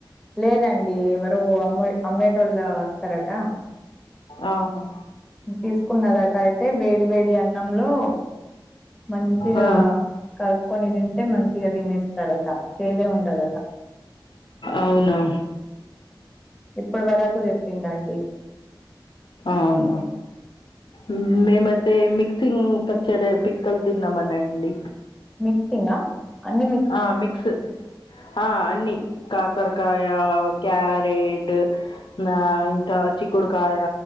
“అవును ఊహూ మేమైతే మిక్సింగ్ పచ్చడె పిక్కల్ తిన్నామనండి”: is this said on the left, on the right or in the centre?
Left